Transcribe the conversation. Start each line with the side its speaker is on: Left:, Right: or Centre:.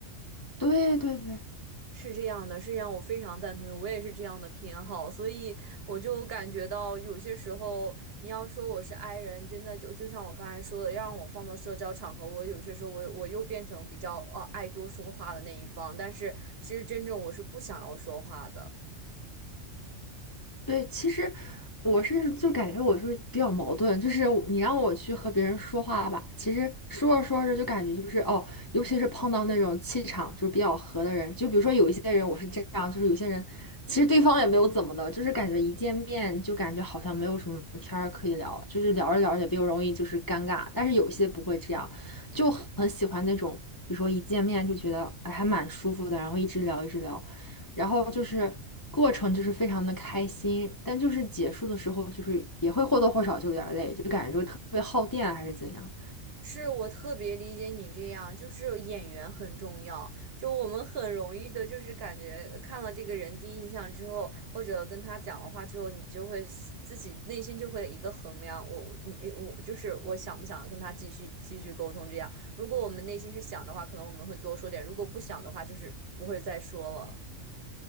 Left: 对对对。
Right: 是这样的，是让我非常赞同，我也是这样的偏好，所以我就感觉到有些时候，你要说我是 i 人，真的就就像我刚才说的，要让我放到社交场合，我有些时候我我又变成比较呃爱多说话的那一方，但是其实真正我是不想要说话的。
Left: 对，其实我是就感觉我是比较矛盾，就是我你让我去和别人说话吧，其实说着说着就感觉就是哦，尤其是碰到那种气场就是比较合的人，就比如说有一些人我是这样，就是有些人其实对方也没有怎么的，就是感觉一见面就感觉好像没有什么天儿可以聊，就是聊着聊着也比较容易就是尴尬，但是有些不会这样，就很喜欢那种，比如说一见面就觉得哎还蛮舒服的，然后一直聊一直聊。然后就是过程就是非常的开心，但就是结束的时候就是也会或多或少就有点累，就感觉这个特别耗电啊还是怎样。
Right: 是我特别理解你这样，就是演员很重要。就我们很容易的，就是感觉看了这个人第一印象之后，或者跟他讲了话之后，你就会自己内心就会有一个衡量，我我你我就是我想不想跟他继续继续沟通这样。如果我们内心是想的话，可能我们会多说点；如果不想的话，就是不会再说了。